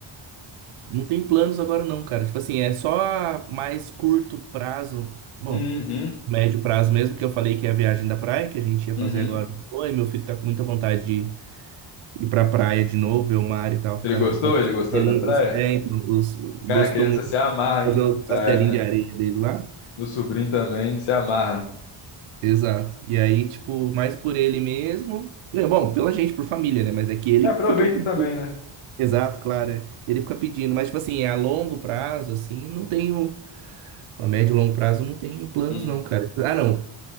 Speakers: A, on the right (about 90°); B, on the left (about 80°).
A: não tenho planos agora não, cara. Tipo assim, é só a mais curto prazo, bom,
B: Uhum,
A: médio prazo mesmo, que eu falei que é a viagem da praia, que a gente ia
B: uhum.
A: fazer agora. Oi, meu filho tá com muita vontade de ir pra praia de novo, ver o mar e tal, ficar
B: Ele gostou?
A: fazendo
B: Ele
A: os castelinhos.
B: gostou da praia?
A: É, então, os- gostou
B: Cara, criança
A: muito
B: se
A: de
B: amarra em
A: fazer
B: em
A: os
B: praia,
A: castelinhos
B: né?
A: de areia dele lá.
B: Meu sobrinho também se amarra.
A: Exato. E aí, tipo, mais por ele mesmo. É, bom, pela gente, por família, né? Mas é que ele
B: É, aproveita
A: que fica.
B: também, né?
A: Exato, claro. é. Ele fica pedindo. Mas, tipo assim, é a longo prazo, assim, não tenho. A médio e longo prazo, não tenho planos,
B: Uhum.
A: não, cara. Ah, não.